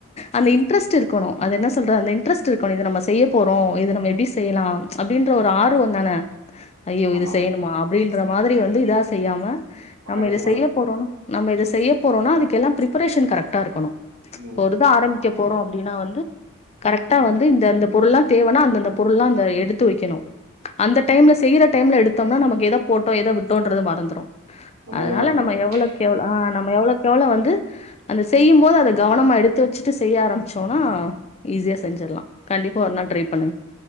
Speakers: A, on the left; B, on the right.
A: அந்த இன்ட்ரெஸ்ட் இருக்கணு அது என்ன சொல்றது அந்த இன்ட்ரெஸ்ட் இருக்கணு இத நம்ம செய்ய போறோ இது நம்ம எப்படி செய்யலா அப்டின்ற ஒரு ஆர்வ தான ஐயோ
B: ஆமா
A: இது செய்யணுமா அப்டின்ற மாதிரி வந்து இதா செய்யாம
B: ஆ,
A: நம்ம
B: எதுவும்
A: இதை
B: பண்ண
A: செய்ய போறோனா நம்ம இத செய்ய போறோனா அதுக்கெல்லா பிரிபரேஷன் கரக்டா இருக்கணு
B: ம்
A: இப்ப ஒரு இது ஆரம் க்க போறோ அப்படீன்னா வந்து கரெக்டா வந்து இந்த அந்த பொருள்ல்லா தேவனா அந்தந்த பொருள்ல்லா அந்த எடுத்து வெக்கணு அந்த டைம்ல செய்யுற டைம்ல எடுத்தோம்னா நமக்கு எத போட்டோ எத விட்டோன்றது மறந்துரு
B: நம்மளயே
A: அதனால
B: மறந்துறேன்
A: நம்ம எவ்வளோக்கு எவ்வளோ அ நம்ம எவ்வளோக்கு எவ்வளோ வந்து அந்த செய்யும்போது அத கவனமா எடுத்து வச்சுட்டு செய்ய ஆரம்ச்சோன்னா ஈஸியா
B: ம்
A: செஞ்சுர்லா கண்டிப்பா ஒரு நாள் ட்ரை பண்ணுங்க